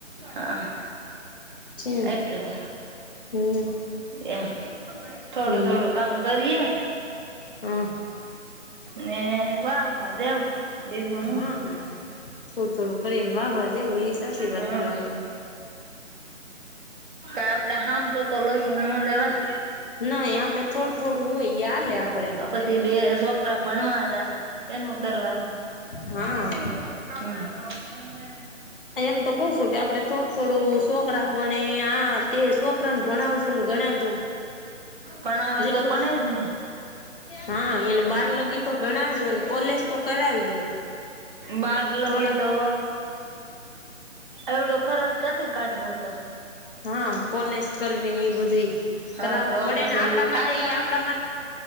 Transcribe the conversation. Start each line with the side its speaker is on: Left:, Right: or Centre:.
Right: હા.
Left: છે
Right: એટલે
Left: હમ
Right: એ થોડું
Left: હમ
Right: થોડું કામ કરીએ
Left: હા
Right: ને વાહ વાહ દેવ બીજું હું
Left: હા થોડું થોડું કરીને વાહ વા જેવું એ સાચી
Right: હમ
Left: વાત તમારે
Right: આપડે આમ તો તો લસુ ના લેવાય
Left: નહી આપડે થોડું થોડું હોય યાલેે આપડે
Right: તો પછી બે છોકરા ભણવા જાય એનું કરવાનુ
Left: હા
Right: <unintelligible>
Left: એમ તો કઉ છું કે આપડે થોડું થોડું છોકરા ભણે આ તે છોકરાને ભણાવજો ને ગણાવજો.
Right: ભણાવા
Left: જેટલું
Right: તો ભણે જ ને
Left: હા એને બાર લગી તો ભણાવજો કોલેજ તો કરાવજો
Right: બાર લગી
Left: થોડાક
Right: તો એવડો ખરત કયાથી કાઢવો તો.
Left: હા કોલેજ કરવી ને એ બધું
Right: હા
Left: કરાવવું
Right: તો
Left: પડે
Right: પછી
Left: ને આપડા
Right: થાય
Left: માટે ઇ
Right: આમાં
Left: આપડા માટે